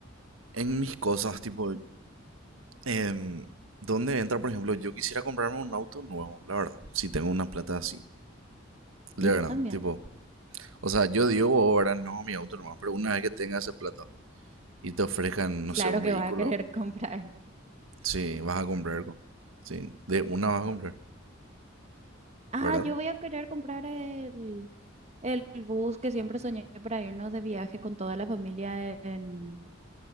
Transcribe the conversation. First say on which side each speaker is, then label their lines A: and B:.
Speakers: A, on the right; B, on the right.
A: en mis cosas, tipo, em, ¿dónde entra, por ejemplo? Yo quisiera comprarme un auto nuevo, la verdad, si tengo una plata así. De
B: y
A: verdad,
B: yo también.
A: tipo, o sea, yo digo ahora no mi auto nomás, pero una vez que tengas esa plata y te ofrezcan, no
B: Claro
A: sé, un vehículo,
B: que vas a querer <laughs> comprar.
A: sí, vas a comprar, co- sí, de una vas a comprar,
B: Ah,
A: ¿verdad?
B: yo voy a querer comprar el, el bus que siempre soñé para irnos de viaje con toda la familia en,